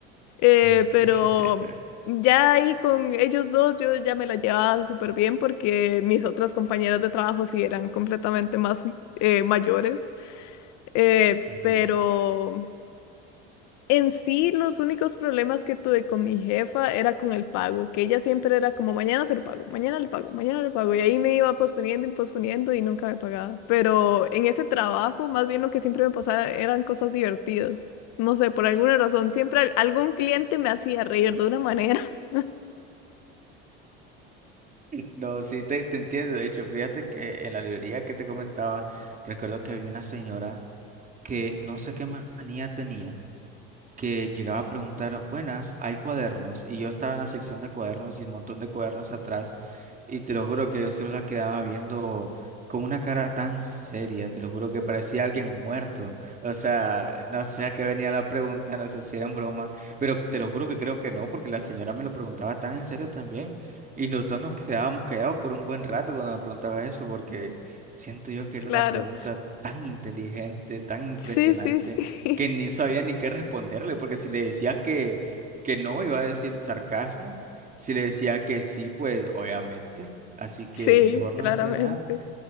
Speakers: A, on the left (about 65°); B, on the right (about 25°).
A: Eh,
B: ¿Qué?
A: pero
B: <laughs>
A: ya ahí con ellos dos yo ya me la llevaba súper bien porque mis otras compañeras de trabajo sí eran completamente más eh, mayores. Eh,
B: Ujú.
A: pero... En sí, los únicos problemas que tuve con mi jefa era con el pago, que ella siempre era como mañana se lo pago, mañana le pago, mañana le pago, y ahí me iba posponiendo y posponiendo y nunca me pagaba. Pero en ese trabajo, más bien lo que siempre me pasaba eran cosas divertidas. No sé, por alguna razón, siempre al- algún cliente me hacía reír de una manera, <laughs>
B: No, sí, te, te entiendo. De hecho, fíjate que en la librería que te comentaba, recuerdo que había una señora que no sé qué manía tenía. que llegaba a preguntar, buenas, hay cuadernos. Y yo estaba en la sección de cuadernos y un montón de cuadernos atrás. Y te lo juro que yo solo la quedaba viendo con una cara tan seria, te lo juro que parecía alguien muerto. O sea, no sé a qué venía la pregunta, no sé si era en broma, pero te lo juro que creo que no, porque la señora me lo preguntaba tan en serio también. Y nosotros nos quedábamos callados por un buen rato cuando me preguntaba eso, porque siento yo que era
A: claro.
B: una pregunta tan inteligente, tan impresionante
A: Sí, sí, sí,
B: que ni sabía ni qué responderle, porque si le decía que, que no, iba a decir sarcasmo, si le decía que sí, pues obviamente, así
A: <laughs>
B: que
A: sí,
B: mejor
A: claramente.
B: no decía nada.